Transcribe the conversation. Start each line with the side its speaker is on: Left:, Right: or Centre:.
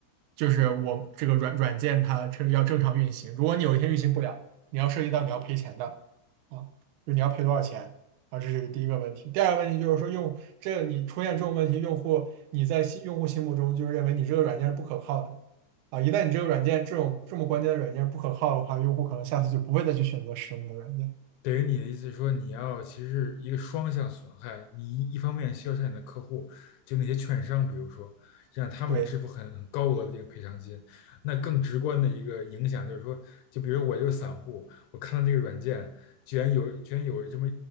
Right: 就是我这个软软件它这要正常运行，如果你有一天运行不了，你要涉及到你要赔钱的啊，就你要赔多少钱啊，这是第一个问题。第二个问题就是说用这个你出现这种问题，用户你在心用户心目中就是认为你这个软件是不可靠的啊，一旦你这个软件这种这么关键的软件不可靠的话，用户可能下次就不会再去选择使用你的软件。
Left: 等于你的意思是说，你要其实是一个双向损害，你一一方面需要向你的客户，就那些券商，比如说让他们支付很很高额的这个赔偿金，
Right: 对。
Left: 那更直观的一个影响就是说，就比如我就是散户，我看到这个软件居然有居然有这么